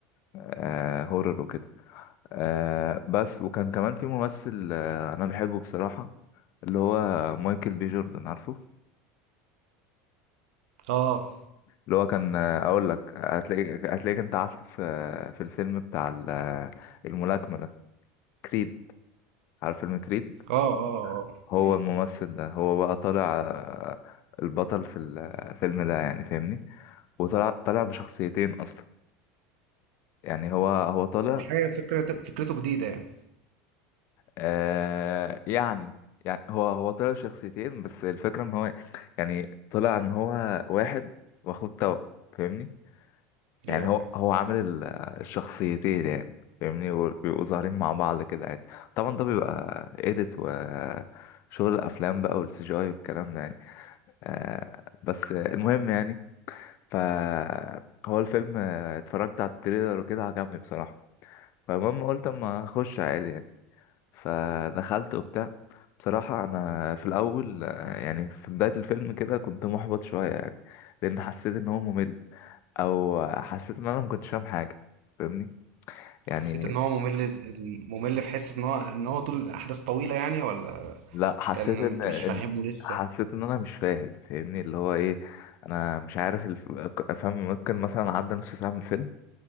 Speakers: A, on the left (about 45°); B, on the right (about 75°).
A: آه هورر وكده آه بس وكان كمان في ممثل آه انا بحبه بصراحه اللي هو مايكل بي جوردن عارفه
B: اه
A: اللي هو كان آه، اقول لك هتلاقيك هتلاقيك انت عارفه في في الفيلم بتاع ال- آه، الملاكمه ده كريد عارف فيلم كريد
B: اه اه اه
A: هو
B: مم.
A: الممثل ده هو بقى طالع آه، البطل في الفيلم ده يعني فاهمني وطلع طالع بشخصيتين اصلا يعني هو هو طالع
B: حاجه فكرة فكرته جديده يعني
A: آه يعني يعني هو هو طالع بشخصيتين بس الفكره ان هو يعني طلع ان هو واحد واخد توأم فاهمني يعني
B: ايوه
A: هو
B: فاهم
A: هو عامل ال- الشخصيتين يعني فاهمني بيبقوا ظاهرين مع بعض كده عادي طبعا ده بيبقى اديت وشغل الافلام بقى والسي جي اي والكلام ده يعني آه بس المهم يعني ف هو الفيلم آه، اتفرجت على التريلر وكده عجبني بصراحة فالمهم قلت اما اخش عادي يعني. فدخلت وبتاع بصراحة أنا في الأول آه، يعني في بداية الفيلم كده كنت محبط شوية يعني لأن حسيت إن هو ممل أو حسيت إن أنا ما كنتش فاهم حاجة فاهمني يعني
B: حسيت ان هو ممل ز- ممل في حس ان هو ان هو طول الاحداث طويله يعني ولا
A: لا حسيت
B: كان انت
A: إن إن
B: مش فاهمه لسه
A: حسيت إن أنا مش فاهم فاهمني اللي هو إيه أنا مش عارف الف... أفهم ممكن مثلا عدى نص ساعة من الفيلم